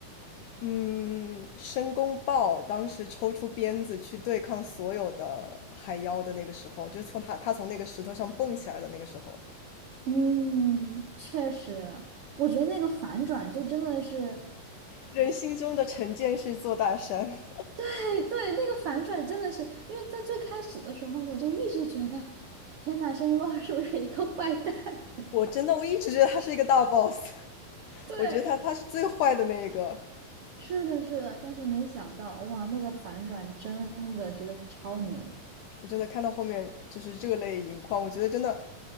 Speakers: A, on the left (about 80°); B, on the right (about 80°).
A: 嗯，申公豹当时抽出鞭子去对抗所有的海妖的那个时候，就是从他他从那个石头上蹦起来的那个时候，
B: 嗯，确实，我觉得那个反转就真的是，
A: 人心中的成见是座大山，
B: 对对，那个反转真的是，因为在最开始的时候，我就一直觉得，天呐，申公豹是不是一个坏蛋？
A: <laughs> 我真的我一直觉得他是一个大 boss。
B: <laughs> 对，
A: 我觉得他他是最坏的那一个。
B: 是的，是的，但是没想到，哇，那个反转真的觉得超牛。
A: 我真的看到后面就是热泪盈眶，我觉得真的